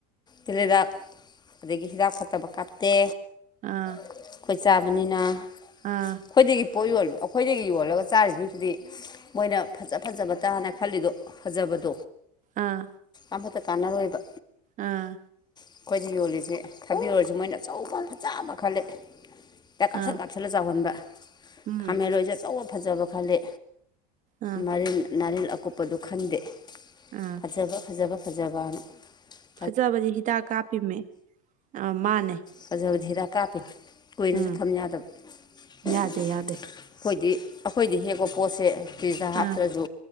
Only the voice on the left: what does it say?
ꯇꯤꯜ ꯍꯤꯗꯥꯛ ꯑꯗꯒꯤ ꯍꯤꯗꯥꯛ ꯐꯠꯇꯕ ꯀꯥꯞꯇꯦ
ꯑꯩꯈꯣꯏ ꯆꯥꯕꯅꯤꯅ ꯑꯩꯈꯣꯏꯗꯒꯤ
ꯄꯣꯠ ꯌꯣꯜꯂ ꯑꯩꯈꯣꯏꯗꯒꯤ ꯌꯣꯜꯂꯒ ꯆꯥꯔꯤꯁꯤꯡꯁꯤꯗꯤ ꯃꯣꯏꯅ ꯐꯖ ꯐꯖꯕ ꯇꯥꯅ ꯈꯜꯂꯤꯗꯣ ꯐꯖꯕꯗꯣ
ꯑꯃꯠꯇ ꯀꯥꯟꯅꯔꯣꯏꯕ
ꯑꯩꯈꯣꯏꯁ ꯌꯣꯜꯂꯤꯁꯤꯦ ꯊꯕꯤꯔ ꯑꯣꯏꯔꯁꯨ ꯃꯣꯏꯅ ꯑꯆꯧꯕ ꯐꯖꯕ ꯈꯜꯂꯦ ꯍꯤꯗꯛ ꯀꯥꯞꯁꯟ
ꯀꯥꯞꯁꯟ ꯄꯁꯜꯂ ꯆꯥꯎꯍꯟꯕ
ꯈꯥꯃꯦꯟꯔꯣꯏꯁꯦ ꯑꯆꯧꯕ ꯐꯖꯕ ꯈꯂꯦ
ꯃꯔꯤꯜ ꯅꯥꯔꯤꯜ ꯑꯀꯨꯞꯄꯗꯨ ꯈꯪꯗꯦ
ꯐꯖꯕ ꯐꯖꯕ ꯐꯖꯕ ꯅ
ꯐꯖꯕꯗꯤ ꯍꯤꯗꯥꯛ ꯀꯥꯞꯄꯤ ꯀꯨꯏꯅꯁꯨ
ꯊꯝ ꯌꯥꯗꯕ ꯑꯩꯈꯣꯏꯗꯤ
ꯑꯩꯈꯣꯏꯗꯤ ꯍꯦꯛꯄ ꯄꯣꯠꯁꯦ ꯐꯔꯤꯤꯁꯇ ꯍꯥꯞꯇ꯭ꯔꯁꯨ